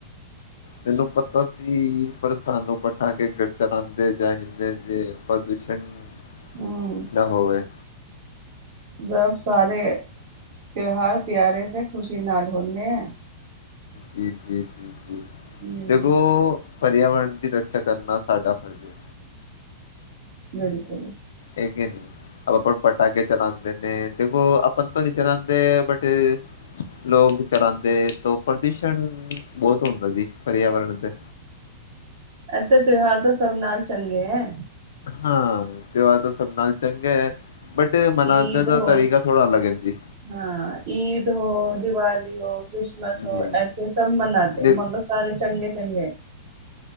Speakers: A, on the left; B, on the right.
A: ਤੈਨੂੰ ਪਤਾ ਸੀ ਪਰ ਸਾਨੂੰ ਬਠਾ ਕੇ ਗਰ ਚਲਾਦੇ ਜਾਦੇ <unintelligible>
B: ਹੂੰ
A: ਨਾ ਹੋਵੇ
B: ਜਬ ਸਾਰੇ ਤਿਉਹਾਰ ਪਿਆਰੇ ਸੇ ਖ਼ੁਸ਼ੀ ਨਾਲ ਹੁੰਦੇ ਹੈ
A: ਜੀ ਜੀ ਜੀ
B: ਹੂੰ
A: ਦੇਖੋ ਪਰਿਆਵਰਨ ਦੀ ਰੱਖਿਆ ਕਰਨਾ ਸਾਡਾ ਫਰਜ਼ ਹੈ
B: ਬਿਲਕੁਲ
A: ਲੇਕਿਨ ਆਪਣ ਪਟਾਕੇ ਚਲਾਂਦੇ ਨੇ ਦੇਖੋ ਆਪਾਂ ਤੋਂ ਨੀ ਚਲਾਉਂਦੇ ਬਟ ਲੋਕ ਚਲਾਂਦੇ ਤੋਂ ਪ੍ਰਦੂਸ਼ਣ ਬਹੁਤ ਹੁੰਦਾ ਜੀ ਪਰਿਆਵਰਨ ਤੇ
B: ਇੱਥੇ ਤਿਉਹਾਰ ਤੋਂ ਸਭ ਨਾਲ ਚੰ ਗੇ ਐ
A: ਹਾਂ ਤਿਉਹਾਰ ਤੋਂ ਸਭ ਨਾਲ ਚੰਗੇ ਹੈ ਬਟ ਮਨਾਉਂਦੇ
B: ਈਦ
A: ਦਾ
B: ਹੋ
A: ਤਰੀਕਾ ਥੋੜਾ ਅਲੱਗ ਹੈ ਜੀ
B: ਹਾਂ ਈਦ ਹੋ ਦੀ ਵਾਲੀ ਕ੍ਰਿਸਮਸ ਹੋ
A: ਜੀ
B: ਇੱਥੇ ਸਭ ਮਨਾਤੇ
A: ਦੇਖ
B: ਮਗਰ ਸਾਰੇ ਚੰਗੇ ਚੰਗੇ